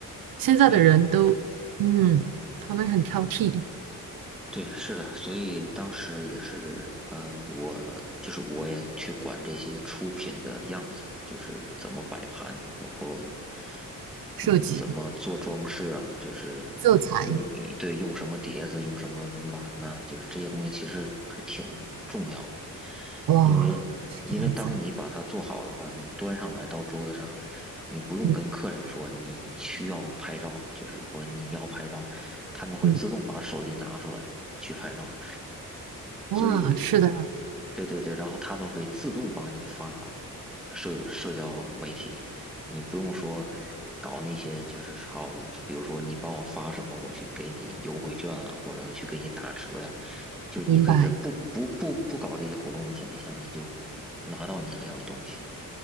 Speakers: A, on the right; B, in the centre.
A: 现在的人都，
B: 对
A: 嗯，他们很挑剔
B: 对，是的。所以当时也是，呃，我就是我也去管这些出品的样子，就是怎么摆盘，包括
A: 设计、
B: 嗯怎么做装饰啊，就是用一对用什么碟子，
A: 色彩，
B: 用什么碗呢？就是这些东西其实还挺重要的。
A: 哇，
B: 因为因为当你把它做好的话，
A: 是这样子啊
B: 你端上来到桌子上，你不用跟客人说你需要拍照，
A: 嗯
B: 就是或者你要拍照，他们会自动把手机拿出来去拍照。
A: 嗯，啊，
B: 所以。
A: 是的，
B: 对对对，然后他们会自动帮你发社社交媒体，你不用说搞那些，就是好，比如说你帮我发什么，我去给你优惠券啊，或者去给你打折呀，就是你可以在不不不不搞这些活动的前提下，
A: 明白，
B: 你就拿到你想要的东西，